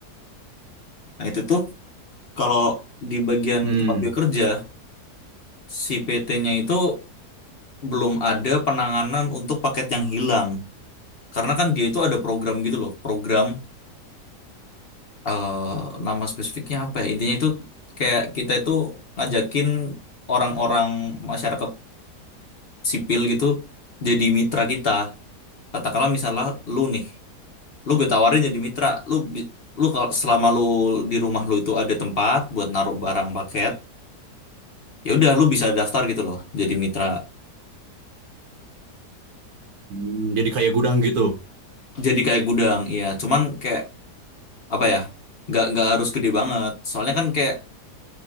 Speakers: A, on the left; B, on the right.
A: Nah, itu tuh kalau di bagian
B: Hmm.
A: tempat gue kerja si PT-nya itu belum ada penanganan untuk paket yang hilang. Karena kan dia itu ada program gitu loh, program eh, nama spesifiknya apa ya? Intinya itu kayak kita itu ngajakin orang-orang masyarakat sipil gitu jadi mitra kita. Katakanlah misalnya lu nih, lu gue tawarin jadi mitra, lu bi- lu kalau selama lu di rumah lu itu ada tempat buat naruh barang paket, ya udah lu bisa daftar gitu loh jadi mitra.
B: Hmm, Jadi kayak gudang gitu.
A: Jadi kayak gudang, iya. Cuman kayak apa ya nggak nggak harus gede banget soalnya kan kayak